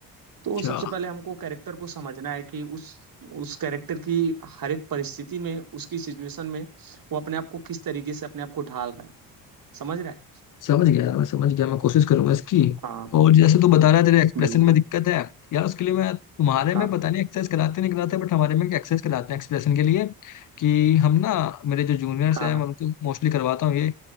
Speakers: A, on the right; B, on the left.
A: तो
B: अच्छा
A: सबसे पहले हमको कैरेक्टर को समझना है कि उस उस कैरेक्टर की हर एक परिस्थिति में उसकी सिचुएशन में वो अपने आप को किस तरीके से अपने आप को ढाल रहा है समझ रहा है
B: समझ गया यार मैं समझ गया मैं कोशिश करूंगा इसकी
A: हाँ
B: और जैसे तू बता रहा है तेरे एक्सप्रेशन
A: बिल्कुल
B: में दिक्कत है यार उसके लिए मैं तुम्हारे में
A: हाँ
B: पता नहीं एक्सरसाइज कराते नहीं कराते बट हमारे में एक्सरसाइज कराते हैं एक्सप्रेशन के लिए कि हम ना मेरे जो जूनियर्स
A: हाँ
B: हैं
A: हाँ
B: मैं उनको मोस्टली करवाता हूँ ये